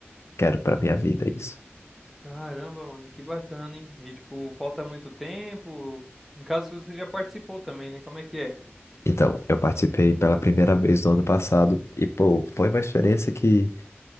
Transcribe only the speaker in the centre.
Caramba, mano, que bacana, hein? E tipo, falta muito tempo. Em caso você já participou também, né? Como é que é?